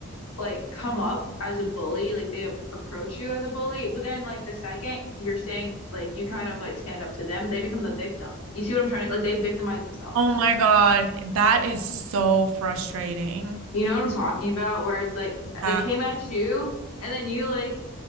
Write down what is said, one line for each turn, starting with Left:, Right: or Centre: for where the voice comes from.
Left: like come up as a bully, like they a approach you as a bully, but then like the second you're saying like you kind of like stand up to them, they become the victim. You see what I'm trying to like they victimize themselves.
Right: Oh my God, that is so frustrating.
Left: You know what I'm talking about? Where it's like
Right: Yeah.
Left: they came
Right: Exactly.
Left: at you and then you like